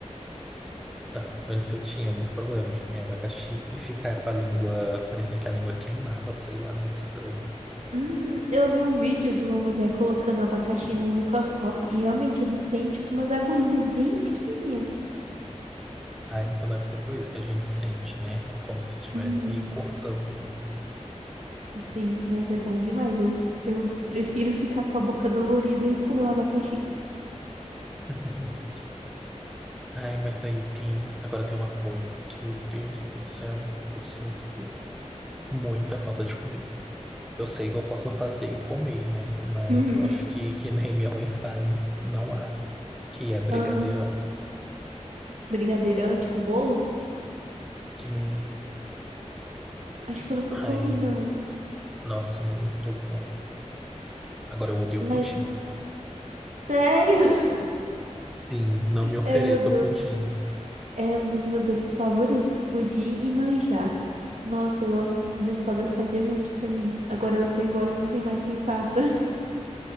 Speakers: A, in the centre; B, on the right.
A: Ah, Antes eu tinha muito problema de comer abacaxi e ficar com a língua, parecia que a língua queimava, sei lá, muito estranho.
B: Uhum. Eu vi um vídeo de uma mulher colocando abacaxi no microscópio e realmente ele tem tipo umas agulhinhas bem pequenininha.
A: Ah, então deve ser por isso que a gente sente, né? Como se estivesse
B: Uhum.
A: cortando mesmo.
B: Assim, mas é bom demais. Eu, eu prefiro ficar com a boca dolorida e comer o abacaxi.
A: <laughs> Ai, mas aí tem. Agora tem uma coisa que, meu Deus do céu, eu sinto muita falta de comer. Eu sei que eu posso fazer e comer, né? Mas
B: Uhum.
A: eu acho que que nem minha mãe faz, não há. Que é brigadeirão.
B: Aham. Brigadeirão é tipo um bolo?
A: Sim.
B: Acho que eu nunca
A: Ai,
B: comi, não.
A: nossa, muito bom. Agora eu odeio
B: Mas,
A: pudim.
B: sério, <laughs>
A: Sim, não me ofereça
B: é meu do...
A: o pudim.
B: é um dos meus doces favoritos, pudim e manjar. Nossa, eu amo. Minha sogra fazia muito pra mim. Agora ela foi embora, não tem mais quem faça. <laughs>